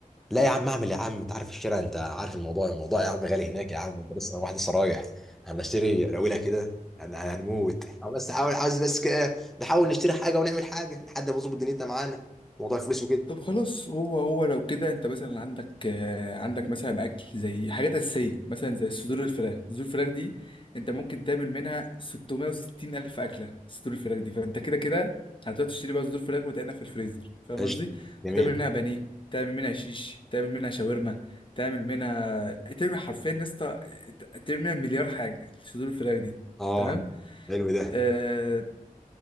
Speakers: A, in the centre; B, on the left.
A: لا يا عم اعمل يا عم انت عارف الشارع انت عارف الموضوع الموضوع يا عم غالي هناك يا عم انت لسه أنا واحد لسه رايح هنشتري الاولى كده هن- هنموت احنا بس حاول عايز بس كده نحاول نشتري حاجه ونعمل حاجه لحد ما نظبط دنيتنا معانا موضوع الفلوس وكده
B: طب خلاص هو هو لو كده انت مثلا عندك آه، عندك مثلا اكل زي حاجات اساسيه مثلا زي صدور الفراخ صدور الفراخ دي انت ممكن تعمل منها 660 الف اكله صدور الفراخ دي فانت كده كده هتروح تشتري بقى صدور فراخ وتعينها في الفريزر فاهم
A: قشطه
B: قصدي
A: جميل
B: هتعمل منها بانيه تعمل منها شيش تعمل منها شاورما تعمل منها تعمل حرفيا يا اسطى تعمل منها مليار حاجه صدور الفراخ دي
A: اه
B: تمام
A: حلو ده
B: آه